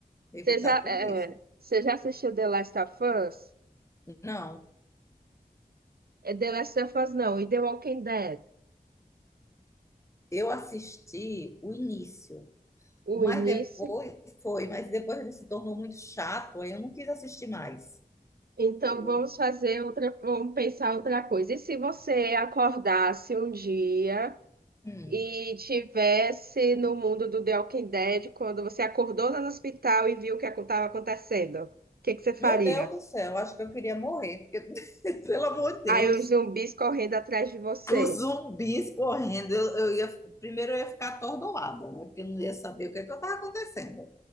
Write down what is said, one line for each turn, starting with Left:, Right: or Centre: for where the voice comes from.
Left: evitar
Right: você já,
Left: tudo
Right: é,
Left: isso.
Right: você já assistiu The Last of Us?
Left: Não,
Right: É The Last of Us não, e The Walking Dead.
Left: Eu assisti o início,
Right: O
Left: mas
Right: início
Left: depois foi, mas depois ele se tornou muito chato, aí eu não quis assistir mais.
Right: Então
Left: Eu-
Right: vamos fazer outra, vamos pensar outra coisa. E se você acordasse um dia
Left: hum.
Right: e tivesse no mundo do The Walking Dead, quando você acordou lá no hospital e viu o que estava acontecendo, o que que você faria?
Left: Meu Deus do céu, acho que eu queria morrer, porque, <laughs> pelo amor de Deus,
Right: Aí os zumbis correndo atrás de você.
Left: os zumbis correndo, eu, eu ia, primeiro eu ia ficar atordoada, né? Porque eu não ia saber o que é que estava acontecendo.